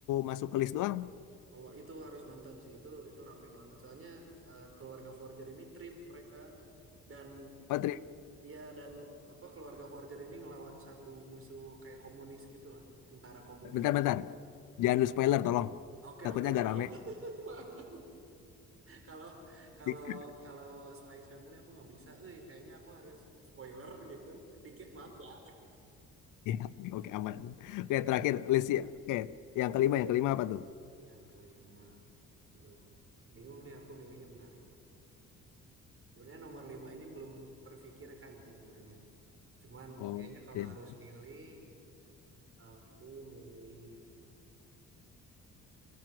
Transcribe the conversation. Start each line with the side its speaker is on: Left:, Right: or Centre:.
Left: masuk ke list doang.
Right: Oh, itu harus nonton sih. Itu itu rame banget. Soalnya eh, keluarga Forger ini trip mereka dan
Left: Oh, tri-
Right: Iya dan apa keluarga Forger ini ngelawan satu musuh kayak komunis gitulah, tentara komunis
Left: bentar-bentar.
Right: gitu.
Left: Jangan lu spoiler tolong.
Right: Oke
Left: Takutnya
Right: oke maaf
Left: agak rame.
Right: <laughs> maaf. Kalau kalau
Left: <laughs>
Right: kalau Spikes Family aku nggak bisa, eh kayaknya aku harus spoiler gitu, dikit maaf ya.
Left: Ya, oke aman. Oke,
Right: Gitu
Left: terakhir
Right: sih.
Left: list ya. Oke, yang kelima, yang kelima apa tuh?
Right: Yang kelima, aduh bingung nih aku milihnya bentar. Sebenarnya nomor lima ini belum terfikirkan sih sebenarnya. Cuman
Left: Oke.
Right: kayaknya kalau harus milih, aku milih